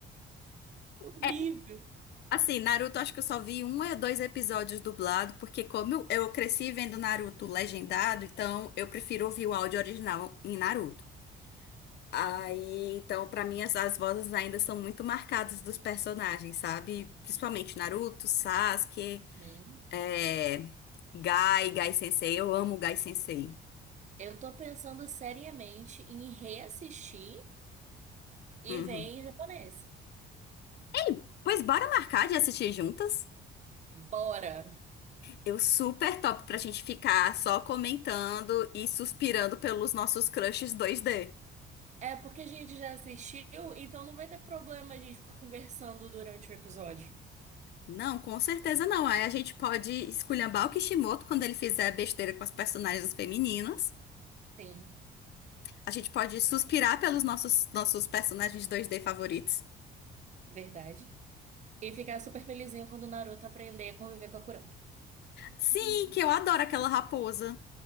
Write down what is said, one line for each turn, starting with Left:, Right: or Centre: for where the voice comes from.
Right: Horrível.
Left: É, assim, Naruto, acho que eu só vi um ou dois episódios dublado, porque como eu, eu cresci vendo Naruto legendado, então eu prefiro ouvir o áudio original em Naruto. Aí, então, pra mim, as, as vozes ainda são muito marcadas dos personagens, sabe? Principalmente Naruto, Sasuke,
Right: Uhum.
Left: é, Gai, Gai Sensei. Eu amo o Gai Sensei.
Right: Eu tô pensando seriamente em reassistir e
Left: Uhum.
Right: ver em japonês.
Left: Ei, pois bora marcar de assistir juntas?
Right: Bora!
Left: Eu super top pra gente ficar só comentando e suspirando pelos nossos crushes 2D.
Right: É porque a gente já assistiu, então não vai ter problema a gente ficar conversando durante o episódio.
Left: Não, com certeza não. Aí a gente pode esculhambar o Kishimoto quando ele fizer besteira com as personagens femininas.
Right: Sim,
Left: A gente pode suspirar pelos nossos, nossos personagens dois d favoritos.
Right: verdade. E ficar super felizinho quando o Naruto aprender a conviver com a Kurama.
Left: Sim,
Right: Uhum.
Left: que eu adoro aquela raposa.